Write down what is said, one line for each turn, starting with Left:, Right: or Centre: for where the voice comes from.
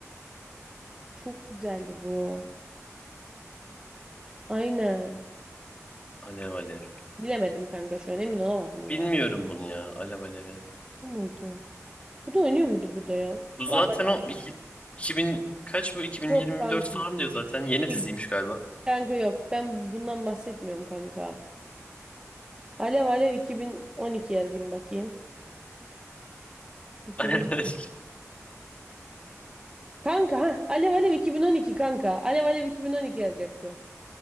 Right: Çok güzeldi bu. Aynen.
Left: Alev Alev.
Right: Bilemedim kanka şu an emin olamadım ya.
Left: Bilmiyorum bunu ya Alev Alev'i.
Right: Bu muydu? Bu da oynuyor muydu burada ya?
Left: Bu zaten
Right: Vallahi
Left: o iki, 2000 kaç bu 2024
Right: yok kanki.
Left: falan diyor zaten. Yeni
Right: Uy.
Left: diziymiş galiba.
Right: Kanka yok. Ben bundan bahsetmiyorum kanka. Alev Alev 2012 yazayım bakayım. 2012.
Left: <laughs> Alev Alev.
Right: Kanka ha Alev Alev 2012 kanka. Alev Alev 2012 yazacaksın.